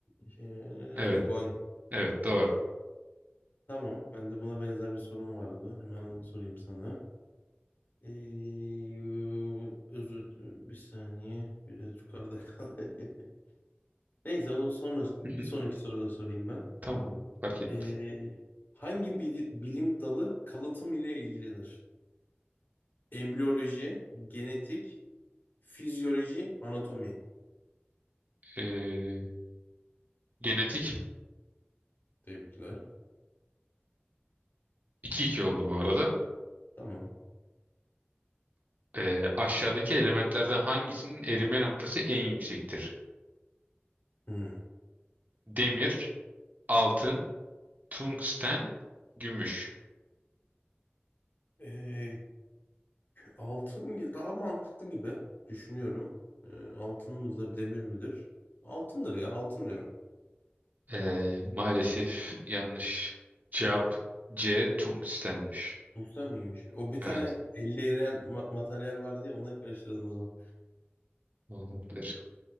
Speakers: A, on the left; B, on the right.
A: şey,
B: Evet.
A: aynen guanin.
B: Evet doğru.
A: Tamam. Ben de buna benzer bir sorum vardı. Hemen onu sorayım sana. Ee, özür bir saniye. Biraz yukarıda kal. <laughs> Neyse onu sonra bir
B: <laughs>
A: sonraki soruda sorayım ben.
B: Tamam. Fark etmez.
A: Ee, hangi bili- bilim dalı kalıtım ile ilgilenir? Embriyoloji, genetik, fizyoloji, anatomi.
B: Ee, genetik
A: Tebrikler.
B: 2-2 oldu bu arada.
A: Tamam.
B: Ee, aşağıdaki elementlerden hangisinin erime noktası en yüksektir?
A: Hmm.
B: Demir, altın, tungsten, gümüş.
A: Ee, altın gi- daha mantıklı gibi düşünüyorum. Ee, altın mıdır, demir midir? Altındır ya, altın diyorum.
B: Ee, maalesef yanlış. Cevap C. Tungstenmiş.
A: Güzel miymiş? O bir
B: Evet
A: tane 50 eriyen ma- materyal vardı ya, ona karıştırdım o zaman.
B: olabilir.